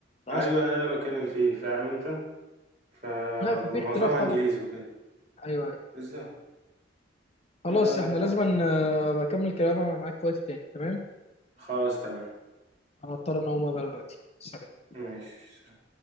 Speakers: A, on the left; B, on the right.
A: ده
B: ايوه
A: أصلا
B: انا
A: يعني.
B: اللي بتكلم فيه فاهم انت ف-
A: لا ففي
B: فمعظمها
A: اختلاف طبعا
B: انجليزي وكده
A: أيوه أيوه
B: بالظبط
A: خلاص
B: آه،
A: إحنا لازم آه، بكمل كلام معاك في وقت تاني تمام
B: خلاص تمام
A: أنا أضطر أن أقوم بقى دلوقتي سلام
B: ماشي